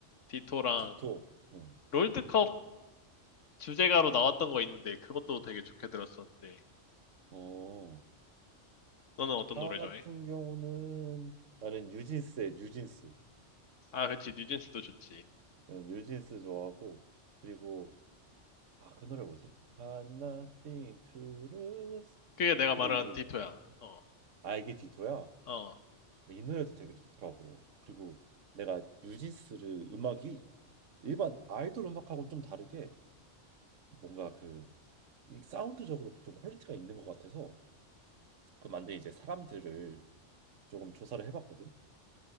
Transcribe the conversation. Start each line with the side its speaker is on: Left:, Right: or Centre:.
Left: 디토랑
Right: 디톡. 응.
Left: 롤드컵 주제가로 나왔던 거 있는데, 그것도 되게 좋게 들었었는데,
Right: 어나
Left: 너는 어떤 노래
Right: 같은
Left: 좋아해?
Right: 경우는 나는 뉴진스의 뉴진스.
Left: 아, 그치. 뉴진스도 좋지.
Right: 나는 뉴진스 좋아하고 그리고 아 그 노래 뭐지? Got nothing to lose
Left: 그게 내가
Right: 이거
Left: 말한
Right: 이름이
Left: 디토야.
Right: 뭐-
Left: 어,
Right: 아 이게 디토야?
Left: 어.
Right: 이 노래도 되게 좋더라고. 그리고 내가 뉴진스를 음악이 일반 아이돌 음악하고 좀 다르게 뭔가 그이 사운드적으로도 좀 퀄리티가 있는 것 같아서 그 만든 이제 사람들을 조금 조사를 해봤거든.